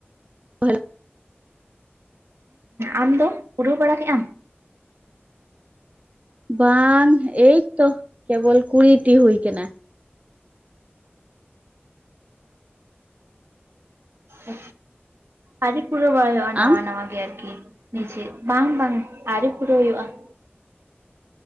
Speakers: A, on the right; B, on the right.
A: ᱦᱮᱞᱳ
B: ᱟᱢ ᱫᱚ ᱯᱩᱨᱟᱹᱣ ᱵᱟᱲᱟ ᱠᱮᱜ ᱟᱢ?
A: ᱵᱟᱝ ᱮᱭᱛᱚ ᱠᱮᱵᱚᱞ ᱠᱩᱲᱤᱴᱤ ᱦᱩᱭ ᱠᱟᱱᱟ᱾
B: ᱚ ᱟᱹᱣᱨᱤ ᱯᱩᱨᱟᱹᱣ ᱵᱟᱲᱟᱭᱚᱜ-ᱟ᱾ ᱱᱟᱣᱟ-ᱱᱟᱣᱟ
A: ᱟᱢ
B: ᱜᱮ ᱟᱨᱠᱤ ᱱᱤᱡᱮᱨ ᱵᱟᱝ-ᱵᱟᱝ ᱟᱹᱣᱨᱤ ᱯᱩᱨᱟᱹᱣ ᱦᱩᱭᱩᱜᱼᱟ ᱾